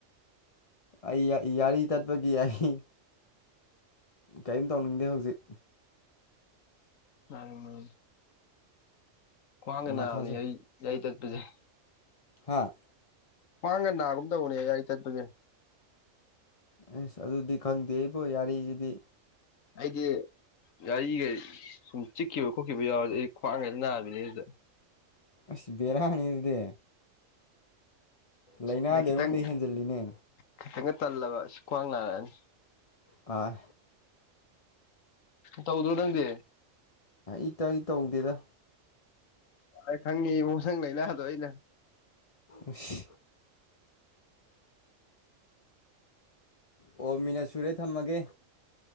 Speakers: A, on the left; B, on the left.
A: ꯑꯩ ꯌꯥꯔꯤ ꯇꯠꯄꯒꯤ ꯑꯩ ꯀꯔꯤꯝ ꯇꯧꯅꯤꯡꯗꯦ ꯍꯧꯖꯤꯛ
B: ꯑ ꯈ꯭ꯋꯥꯡꯒ ꯅꯥꯕꯅꯤ
A: ꯃꯊꯥꯁꯦ
B: ꯑꯩ ꯌꯥꯏ ꯇꯠꯄꯁꯦ
A: ꯍꯥꯥ
B: ꯃꯥꯡꯒ ꯅꯥꯒꯨꯝ ꯇꯧꯅꯦ ꯑꯩꯒ ꯑꯩ ꯆꯠꯄꯁꯦ
A: ꯑꯁ ꯑꯗꯨꯗꯤ ꯈꯪꯗꯦ ꯑꯩꯕꯣ ꯌꯥꯔꯤꯁꯤꯗꯤ
B: ꯑꯩꯗꯤ ꯒꯥꯔꯤꯒ ꯁꯨꯝ ꯆꯤꯛꯈꯤꯕ ꯈꯣꯠꯈꯤꯕ ꯌꯥꯎꯔꯗꯤ ꯑꯩ ꯈ꯭ꯋꯥꯡꯈꯩꯗ ꯅꯥꯕꯅꯤ ꯑꯗꯨꯗ
A: ꯑꯁꯤꯕꯕꯤꯔꯥꯅꯤꯗꯦ ꯂꯥꯏꯅꯥꯗꯤ
B: ꯑꯗꯩ ꯈꯤꯇꯪ
A: ꯑꯩꯉꯣꯟꯗ ꯍꯦꯟꯖꯜꯂꯤꯅꯦ
B: ꯈꯤꯇꯪꯒ ꯇꯜꯂꯕ ꯁ ꯈ꯭ꯋꯥꯡ ꯅꯥꯔꯛꯑꯅꯤ
A: ꯑ
B: ꯇꯧꯗꯣꯗꯪꯦ
A: ꯏ ꯇꯧꯏ ꯇꯧꯗꯦꯗ
B: ꯑ ꯈꯪꯉꯤ ꯃꯁꯪ ꯂꯩꯅꯗꯣ ꯏꯩꯅ
A: ꯎꯁꯤ ꯑꯣ ꯃꯤꯅꯠ ꯁꯨꯔꯦ ꯊꯝꯃꯒꯦ